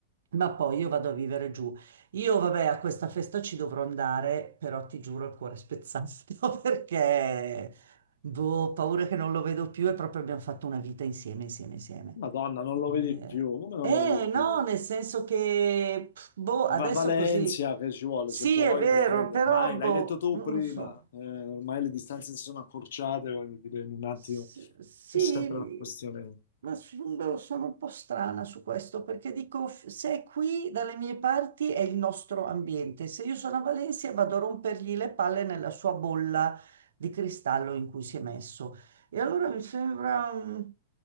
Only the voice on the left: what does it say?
Madonna, non lo
vedi più, come non
lo vedi più?
Va a Valencia
che ci vuole,
se vuoi
prendi,
ormai
l'hai detto tu
prima,
eh, ormai le distanze si sono accorciate, voglio dire, in un attimo
è sempre una questione.